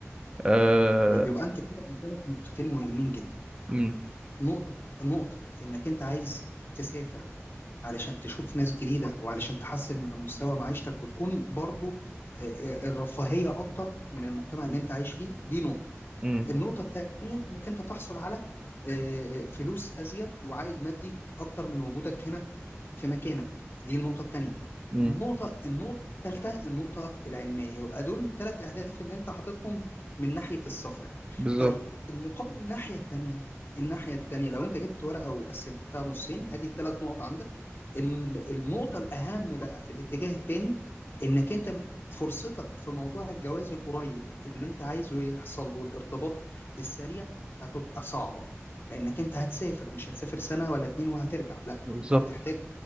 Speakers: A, on the right; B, on the left.
A: أه...
B: طيب يبقى انت كده قدامك نقطتين مهمين جدا
A: امم
B: نقطة نقطة انك انت عايز تسافر علشان تشوف ناس جديدة وعلشان تحسن من مستوى معيشتك وتكون برضو آه، آه، الرفاهية أكتر من المجتمع اللي أنت عايش فيه دي نقطة
A: امم
B: النقطة الثانية إنك أنت تحصل على آه، آه، فلوس أزيد وعائد مادي أكتر من وجودك هنا في مكانك دي النقطة التانية
A: امم
B: النقطة النقطة التالتة النقطة العلمية يبقى دول الثلاث أهداف اللي أنت حاططهم من ناحية السفر
A: بالظبط
B: طيب المقابل الناحية التانية الناحية التانية لو أنت جبت ورقة وقسمتها نصين أدي الثلاث نقط عندك ال- النقطة الأهم بقى في الاتجاه التاني انك انت فرصتك في موضوع الجواز القريب اللي انت عايزه يحصل له الارتباط السريع هتبقى صعبة لانك انت هتسافر مش هتسافر سنة ولا اتنين وهترجع لا
A: بالظبط
B: انت هتحتاج